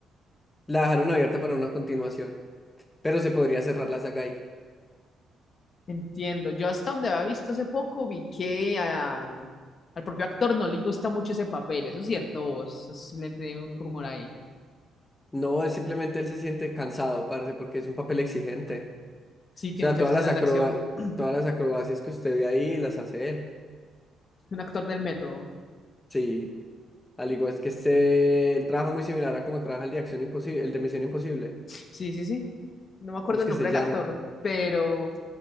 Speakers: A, on the left; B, on the left.
A: La dejaron abierta para una continuación, pero se podría cerrar la saga ahí.
B: Entiendo. Yo hasta donde había visto hace poco vi que al, al propio actor no le gusta mucho ese papel. Eso es cierto, vos. Es simplemente un rumor ahí.
A: No, es simplemente él se siente cansado, parce, porque es un papel exigente.
B: Sí,
A: O
B: tiene
A: sea,
B: muchas
A: todas
B: escenas
A: las acroba-
B: de acción. <clears throat>
A: todas las acrobacias que usted ve ahí las hace él.
B: Un actor del método.
A: Sí. Al igual es que este, él trabaja muy similar a como trabaja el de Acción Imposible, el de Misión Imposible.
B: Sí, sí, sí. No me acuerdo
A: ¿Cómo es
B: el
A: que
B: nombre
A: se
B: del
A: llama?
B: actor, pero